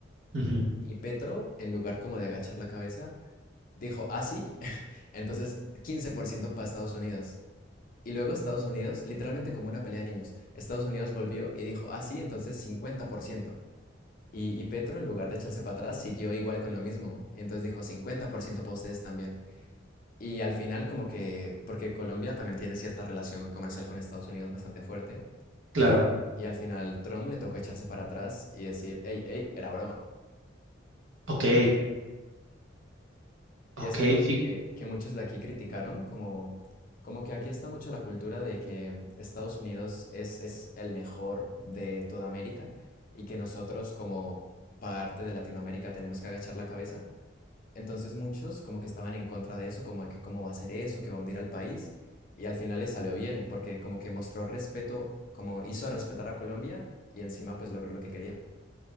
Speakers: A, on the right; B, on the left.
A: ujú,
B: Y Petro, en lugar como de agachar la cabeza, dijo, ah, sí. Entonces, 15% para Estados Unidos. Y luego Estados Unidos, literalmente como una pelea de niños, Estados Unidos volvió y dijo, ah, sí, entonces 50%. Y, y Petro, en lugar de echarse para atrás, siguió igual con lo mismo. Entonces dijo 50% para ustedes también. Y al final, como que, porque Colombia también tiene cierta relación comercial con Estados Unidos bastante fuerte.
A: Claro.
B: Y al final, Trump le tocó echarse para atrás y decir, hey, hey, era broma.
A: Ok.
B: Y
A: Ok.
B: es algo
A: Sí,
B: que, que muchos de aquí criticaron, como, como que aquí está mucho la cultura de que Estados Unidos es, es el mejor de toda América y que nosotros como parte de Latinoamérica tenemos que agachar la cabeza. Entonces muchos como que estaban en contra de eso, como de que cómo va a ser eso, que va a hundir al país. Y al final le salió bien, porque como que mostró respeto, como hizo respetar a Colombia y encima pues logró lo que quería.